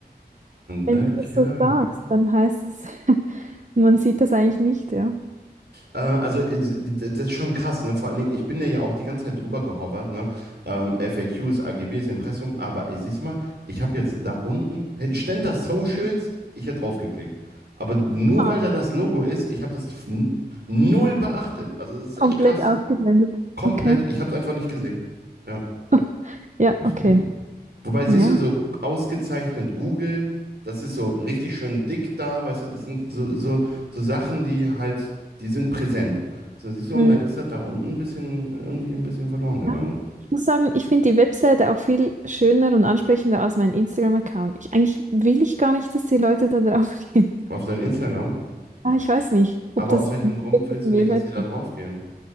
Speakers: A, on the right; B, on the right.
A: Wenn
B: danke.
A: du das so sagst, dann heißt es, <laughs> man sieht das eigentlich nicht, ja?
B: Äh, Also, äh, das ist schon krass, ne? Vor allen Dingen, ich bin da ja auch die ganze Zeit drüber gehovert, ne? Ähm, FAQs, AGBs, Impressum, aber ey, siehst du mal, ich habe jetzt da unten, hey, stand da Socials, ich hätte draufgeklickt. Aber nur
A: Ah,
B: weil da das Logo ist, ich habe das f- n- null beachtet. Also, das ist
A: komplett
B: echt krass.
A: ausgeblendet.
B: Komplett,
A: Okay.
B: ich habe es einfach nicht gesehen. Ja,
A: <laughs> Ja,
B: heftig.
A: okay.
B: Wobei, siehst
A: Ja.
B: du, so ausgezeichnet Google, das ist so richtig schön dick da, weißt du, das sind so, so, so Sachen, die halt, die sind präsent. So, siehst du,
A: Mhm.
B: und dann ist das da unten ein bisschen, irgendwie ein bisschen verloren gegangen.
A: Ja, ich muss sagen, ich finde die Webseite auch viel schöner und ansprechender als mein Instagram-Account. Ich, eigentlich will ich gar nicht, dass die Leute da drauf <laughs> gehen.
B: Auf dein Instagram.
A: Aber ich weiß nicht,
B: Aber
A: ob das
B: aus welchem
A: wirklich
B: Grund willst
A: einen
B: du
A: Mehrwert
B: nicht, dass die da
A: gibt.
B: drauf gehen?